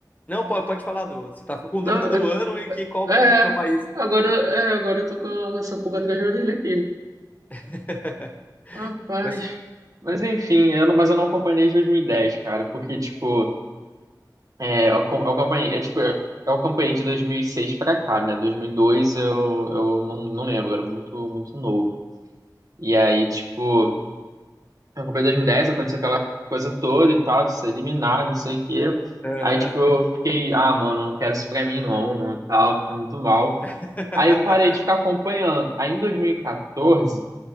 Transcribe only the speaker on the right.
Não,
é.
é,
agora, é, agora eu tô com essa pulga atrás da orelha aqui.
Rapaz.
Mas enfim, eu não, mas eu não acompanhei desde 2010, cara, porque, tipo. É, eu, acom- eu acompanhei, é, tipo, eu eu acompanhei de 2006 pra cá, né? 2002 eu, eu não, não lembro, era muito, muito novo. E aí, tipo, eu acompanhei 2010, aconteceu aquela coisa toda e tal, de ser eliminado, não sei o quê.
Aí, tipo, eu fiquei, ah, mano, não quero isso pra mim não, e tal, fiquei muito mal.
Aí eu parei de ficar acompanhando. Aí em 2014,